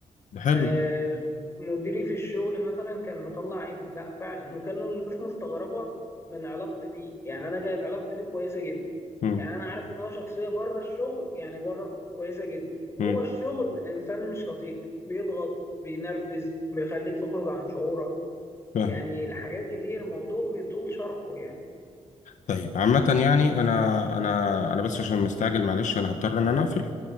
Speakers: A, on the left; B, on the left.
A: ده حلو
B: آه، مديري في الشغل مثلا كان مطلع عيني لا فعلا وكانوا الناس مستغربه من علاقتي بيه يعني انا كانت علاقتي بيه كويسه جدا
A: مم.
B: يعني انا عارف ان هو شخصيه بره الشغل يعني بره كويسه جدا جوه
A: مم.
B: الشغل انسان مش لطيف بيضغط بينرفز بيخليك تخرج عن شعورك
A: فاهم
B: يعني حاجات كتير الموضوع بيطول شرحه يعني
A: طيب عامة يعني أنا أنا أنا بس عشان مستعجل معلش أنا هضطر إن أنا أقفل